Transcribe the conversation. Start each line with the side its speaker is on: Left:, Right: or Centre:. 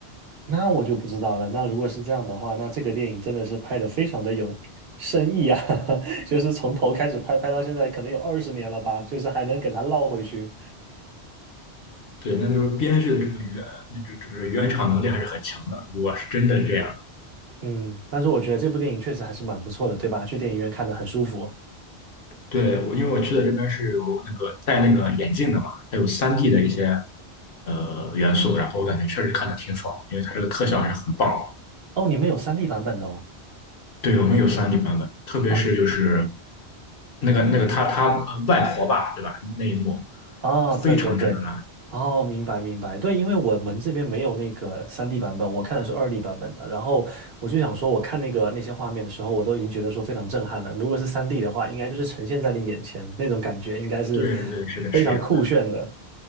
Right: 那我就不知道了。那如果是这样的话，那这个电影真的是拍的非常的有深意啊，<laughs> 就是从头开始拍，拍到现在可能有二十年了吧，就是还能给它绕回去。
Left: 对，那就是编剧的这个原那这这个原厂能力还是很强的。如果是真的这样，
Right: 嗯，但是我觉得这部电影确实还是蛮不错的，对吧？去电影院看的很舒服。
Left: 对我因为我去的这边是有那个戴那个眼镜的嘛，它有三 d 的一些呃元素，然后我感觉确实看的挺爽，因为它这个特效还是很棒的。
Right: 哦，你们有 3D 版本的哦。
Left: 对，我们有三 d 版本，特别是就是
Right: 啊。
Left: 那个那个他他呃外婆吧，对吧？那一幕
Right: 哦，
Left: 非常震撼。
Right: 对对对，哦，明白明白，对，因为我们这边没有那个三 d 版本，我看的是二 d 版本的，然后我就想说，我看那个那些画面的时候，我都已经觉得说非常震撼了。如果是三 d 的话，应该就是呈现在你眼前那种感觉，应该是
Left: 对对，是的，
Right: 非常酷炫的。
Left: 是这样。